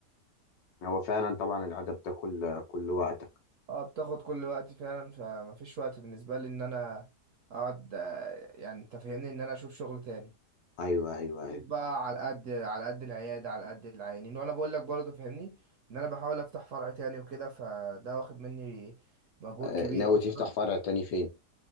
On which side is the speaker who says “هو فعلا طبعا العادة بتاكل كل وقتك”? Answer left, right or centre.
Left